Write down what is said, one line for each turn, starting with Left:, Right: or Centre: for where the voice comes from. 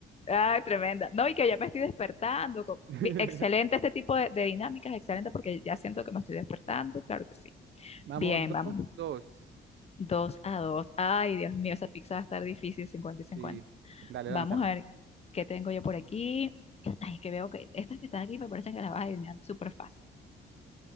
Left: ah, tremenda. No, y que ya me estoy despertando. co-
Right: <laughs>
Left: bi- Excelente este tipo de, de dinámicas, excelente porque ya siento que me estoy despertando, claro que sí.
Right: Vamos,
Left: Bien,
Right: dos,
Left: vamos.
Right: dos.
Left: Dos a dos. Ay, Dios mío, esa pizza va a estar difícil, 50 y 50.
Right: Sí, dale,
Left: Vamos
Right: lánzala.
Left: a ver qué tengo yo por aquí. Ay, que veo que estas que están aquí me parecen que las vas a adivinar súper fácil.